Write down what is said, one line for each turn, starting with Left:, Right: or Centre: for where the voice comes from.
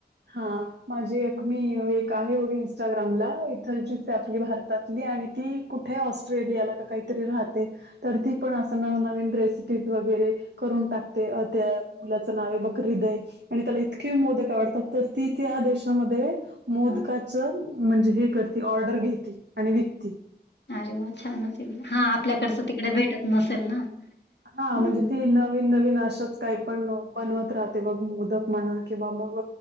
Right: हा माझी एक मी एक आहे बघ इंस्टाग्रामला इकडचीच ये आपली भारतात- ती आणि ती कुठे ऑस्ट्रेलियाला का काहीतरी राहते. तर ती पण असं नवनवीन रेसिपीज वगैरे करून टाकते अ त्या मुलाच नाव ये बघ. <unintelligible> आणि त्याला इतके मोदक आवडतात तर ती त्या देशामध्ये - मोदकाच
Left: अच्छा.
Right: म्हणजे हे करती ऑर्डर घेती आणि विक-
Left: अरे वा छानच ये की हा आपल्याकडचं तिकडे भेटत नसेल ना.
Right: हा
Left: म्हणून.
Right: म्हणजे ती नवीन नवीन असच काही पण बनवत राहते बघ मोदक म्हणा किंवा मग